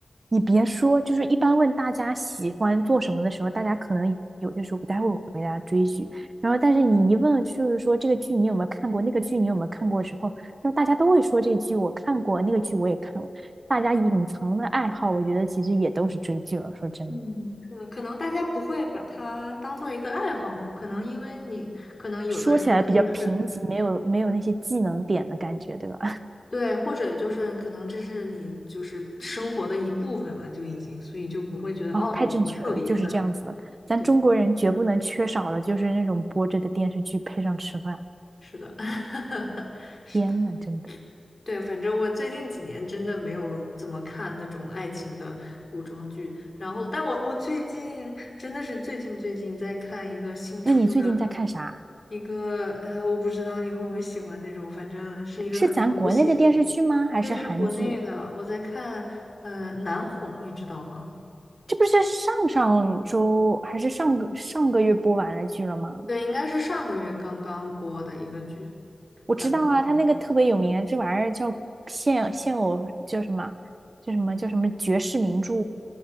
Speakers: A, on the right; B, on the left.
A: 你别说，就是一般问大家喜欢做什么的时候，大家可能有些时候不太会回答追剧，然后但是你一问，就是说这个剧你有没有看过，那个剧你有没有看过之后，那大家都会说这剧我看过，那个剧我也看过，大家隐藏的爱好，我觉得其实也都是追剧了。说真的，
B: 嗯，是的，可能大家不会把它当做一个爱好，可能因为你，可能有的人他就是。
A: 说起来比较贫瘠，没有没有那些技能点的感觉，对吧？
B: 对，或者就是可能这是你就是生活的一部分了，就已经，所以就不会觉得哦有什么特别的。
A: 哦，太正确了，就是这样子的。咱中国人绝不能缺少的就是那种播着的电视剧配上吃饭。
B: 对，是的，<laughs> 是的，
A: 天呐，真的。
B: 对，反正我最近几年真的没有怎么看那种爱情的古装剧，然后但我我最近真的是最近最近在看一个新出的
A: 那你最近在看啥？
B: 一个，呃，我不知道你会不会喜欢那种，反正是一个很狗血的，
A: 是咱国内的电视剧吗？还是韩剧？
B: 对，是国内的，我在看，呃，南红，你知道吗？
A: 这不是上上周还是上个上个月播完了剧了吗？
B: 对，应该是上个月刚刚播的一个剧。
A: 我知道啊，
B: 然后
A: 他那个特别有名，这玩意儿叫现现偶叫什么？叫什么叫什么绝世名著